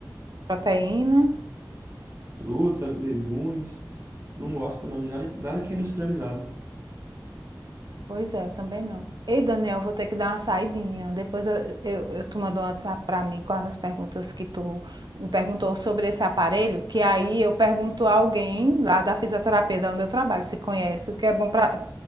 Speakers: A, on the right (about 70°); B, on the right (about 40°).
A: Proteína.
B: Fruta, legumes, não gosto não de nada, nada que é industrializado.
A: Pois é, eu também não. Ei, Daniel, vou ter que dar uma saidinha. Depois eu, eu, eu tu mandou um WhatsApp para mim com as perguntas que tu me perguntou sobre esse aparelho, que aí eu pergunto a alguém lá da fisioterapia, da onde eu trabalho, se conhece, o que é bom para